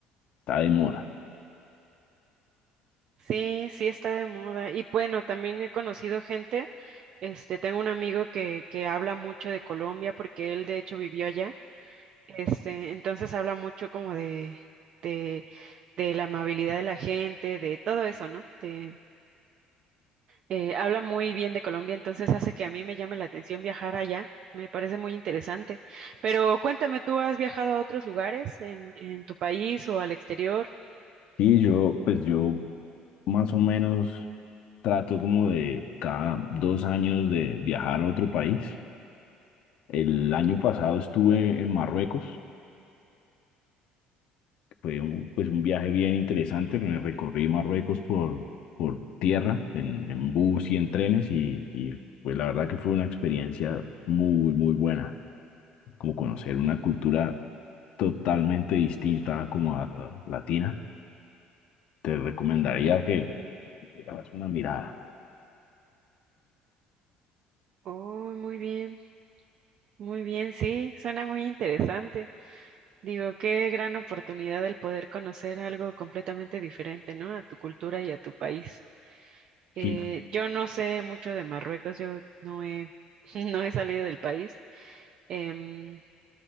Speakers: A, on the left; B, on the right.
A: está de moda.
B: Sí, sí está de moda. Y bueno, también he conocido gente, este, tengo un amigo que, que habla mucho de Colombia porque él de hecho vivió allá. Este, entonces habla mucho como de, de, de la amabilidad de la gente, de todo eso, ¿no? De- eh, habla muy bien de Colombia, entonces hace que a mí me llame la atención viajar allá. Me parece muy interesante. Pero cuéntame, ¿tú has viajado a otros lugares en, en tu país o al exterior?
A: Y yo, pues yo más o menos trato como de cada dos años de viajar a otro país. El año pasado estuve en Marruecos, fue un, pues un viaje bien interesante, me recorrí Marruecos por, por tierra, en, en bus y en trenes y, y pues la verdad que fue una experiencia muy, muy buena, como conocer una cultura totalmente distinta como a la latina. Te recomendaría que le hagas una mirada.
B: Oh, muy bien, muy bien, sí, suena muy interesante. Digo, qué gran oportunidad el poder conocer algo completamente diferente, ¿no? A tu cultura y a tu país. Eh,
A: Si
B: yo no sé mucho de Marruecos, yo no he, <laughs> no he salido del país, em,